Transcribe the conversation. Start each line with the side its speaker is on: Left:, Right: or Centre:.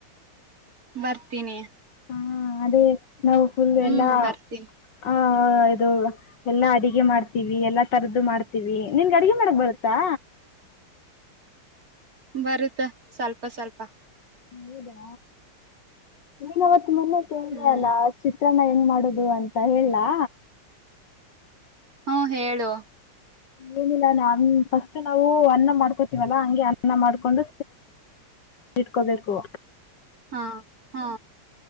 Right: ಬರ್ತೀನಿ
Left: ಹಾ ಅದೇ ನಾವು ಫುಲ್
Right: ಹ್ಮ್
Left: ಎಲ್ಲಾ
Right: ಬರ್ತೀನಿ
Left: ಹ ಹಾ ಇದು ಎಲ್ಲಾ ಅಡಿಗೆ ಮಾಡ್ತೀವಿ ಎಲ್ಲಾ ತರದ್ದು ಮಾಡ್ ತೀವಿ ನಿನ್ಗ್ ಅಡಿಗೆಗೆ ಮಾಡಕ್ ಬರ ತ್ತಾ
Right: ಬರುತ್ತೆ ಸ್ವಲ್ಪ ಸ್ವಲ್ಪ
Left: ಹೌದಾ ನೀನವತ್ ಮೊನ್ನೆ ಕೇಳಿದೆ
Right: ಹ್ಮ್
Left: ಅಲ ಚಿತ್ರ ನ್ನ ಹೆಂಗ್ ಮಾಡುದು ಅಂತ ಹೇಳ್ಲಾ?
Right: ಹ್ಮ ಹೇಳು
Left: ಏನಿಲ್ಲ ನಾವು ಫಸ್ಟ್ ನಾವು ಅನ್ನ ಮಾಡ್ಕೋತೀವಲ್ಲಾ ಹಂಗೆ ಅನ್ನ ಮಾಡ್ಕೊಂಡು <unintelligible> ಇಟ್ಕೋಬೇಕು.
Right: ಹಾ ಹಾ